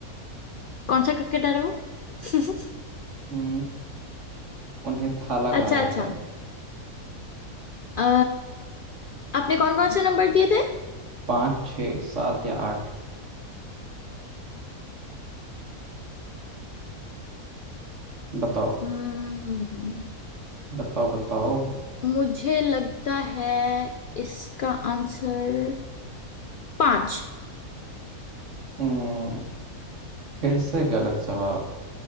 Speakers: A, on the left (about 75°); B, on the right (about 55°).
A: कौन सा क्रिकेटर है वो <laughs>
B: उम, उन्हें थाला
A: अच्छा
B: कहा जाता
A: अच्छा
B: है
A: अ, आपने कौन कौन से नंबर दिए थे
B: पाँच छः सात या आठ बताओ
A: हम्म
B: बताओ बताओ
A: मुझे लगता है इसका आंसर पांच
B: उम, फिर से गलत जवाब